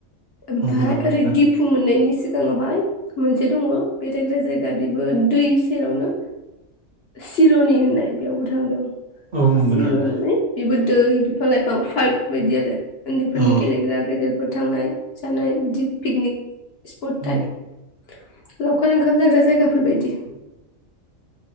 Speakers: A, on the left; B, on the right.
A: ओमफ्राय
B: नंगौ नामा
A: ओरै
B: नोंथां
A: दिफु मोन मोननायनि सिगाङावहाय मोनसे दंङ बेरायग्रा जायगा बेबो दै सेरावनो सिल'नि होननाय बेयावबो थांदों
B: औ नंगौ
A: सिरनिनि
B: नामा
A: बेबो दै बिफां लाइफां पार्क बायदि आरो उन्दै फोरनि
B: औ
A: गेलेग्रा गेदेरफोर थांनाय जानाय बिदि पिकनिक स्पट
B: औ
A: टाइप लावखार ओंखाम जाग्रा जायगा बेफोरबायदि